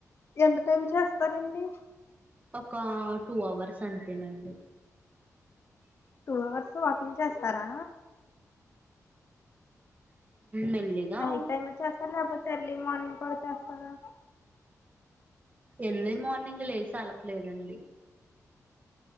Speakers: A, on the left; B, on the right.
A: ఎంత టైం చేస్తారండి
B: ఒక టూ అవర్స్ అంతేనండి
A: టూ అవర్స్ వాకింగ్ చేస్తారా
B: మెల్లిగా
A: నైట్ టైమే చేస్తారా కాకపోతే ఎర్లీ మార్నింగ్ కూడా చేస్తారా
B: ఎర్లీ మార్నింగ్ లేచే అలపలేదండి